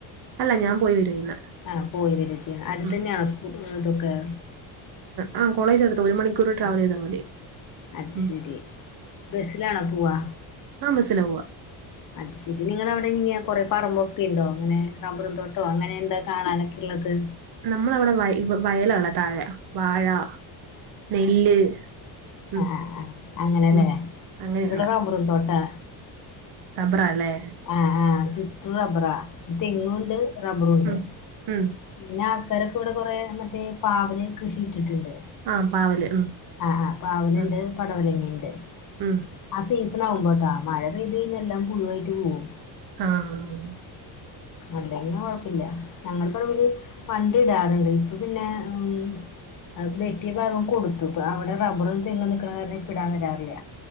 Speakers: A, on the right; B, on the left.
A: അല്ല ഞാൻ പോയിവരാ ചെയ്യുന്നെ.
B: ആഹ് പോയി വരാ ചെയ്യണെ അടുത്തന്നെയാണോ
A: ഉം
B: സ്കൂളു ഇതൊക്കെ?
A: ആഹ് കോളേജ് അടുത്ത ഒരു മണിക്കൂർ ട്രാവല്
B: ആ
A: ചെയ്താൽ മതി.
B: അത്
A: ഉം
B: ശരി, ബസ്സിലാണോ പോവാ?
A: ആഹ് ബസ്സിലാ പോവാ.
B: അത് ശരി നിങ്ങടെ അവിടെ എങ്ങനെയാ കൊറേ പറമ്പൊക്കെ ഉണ്ടോ അങ്ങനെ റബ്ബറും തോട്ടോ അങ്ങനെ എന്താ കാണാനൊക്കെ ഉള്ളത്.
A: നമ്മളവിടെ വയലാണ് താഴെ വാഴ, നെല്ല്. ഉം
B: ആഹ് ആഹ് അങ്ങനെയല്ലേ
A: ഉം അങ്ങനെയുള്ള
B: ഇവ്ടെ റബ്ബറുംതോട്ടാ.
A: റബ്ബാറാല്ലേ?
B: ആഹ് ആഹ് ചുറ്റും റബ്ബറാ, തെങ്ങും ഉണ്ട്, റബ്ബറും ഉണ്ട്.
A: ഉം ഉം
B: പിന്നെ ആൾക്കാരൊക്കെ ഇവിടെ കൊറേ മറ്റേ പാവലു കൃഷി ഇട്ടിട്ടുണ്ട്.
A: ആഹ് പാവല് ഉം.
B: ആഹ് ആഹ് പാവലുണ്ട്,
A: ആഹ്
B: പടവലങ്ങയിണ്ട്.
A: ഉം.
B: ആഹ് സീസൺ ആകുമ്പോട്ടോ മഴ പെയ്തു കഴിഞ്ഞ എല്ലാം പുഴുവായിട്ട് പോവും.
A: ആഹ്.
B: അല്ലെങ്കി കൊഴപ്പില്ല ഞങ്ങള് പറമ്പില് വണ്ടി ഇടാറുണ്ട് ഇപ്പൊ പിന്നെ ഉം. അത് വെട്ടിയ ഭാഗം കൊടുത്തു ഇപ്പോ അവിടെ റബ്ബറും, തെങ്ങും നിൽക്കണ കാരണം ഇപ്പോ ഇടാൻ വരാറില്ല.